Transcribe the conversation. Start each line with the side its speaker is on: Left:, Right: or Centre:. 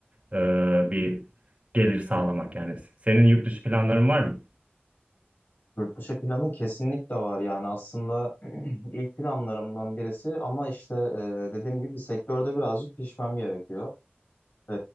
Right: e, bir gelir sağlamak yani. Senin yurt dışı planların var mı?
Left: Yurt dışı planı kesinlikle var yani aslında <clears throat> ilk planlarımdan birisi ama işte e, dediğim gibi sektörde birazcık pişmem gerekiyor. E,